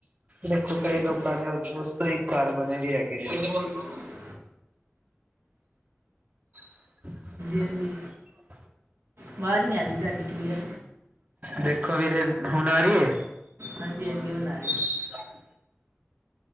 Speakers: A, on the right (about 35°); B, on the right (about 70°).
A: ਦੇਖੋ ਕਈ
B: ਹਾਂਜੀ ਹਾਂਜੀ
A: ਲੋਕਾਂ ਨੇ ਉਸ ਤੋਂ ਈ ਘਰ ਬਣੇ ਵੀ ਹੈਗੇ ਨੇ।
B: ਹਾਂਜੀ
A: ਅ
B: ਹਾਂਜੀ
A: <unintelligible>
B: ਆਵਾਜ਼ ਨੀ ਆ ਰਹੀ ਸਾਡੀ ਕਲੀਅਰ।
A: ਦੇਖੋ ਵੀਰੇ ਹੁਣ ਆ ਰੀ ਏ।
B: ਹਾਂਜੀ- ਹਾਂਜੀ। ਹੁਣ ਆ ਰੀ।
A: ਅੱਛਾ <unintelligible>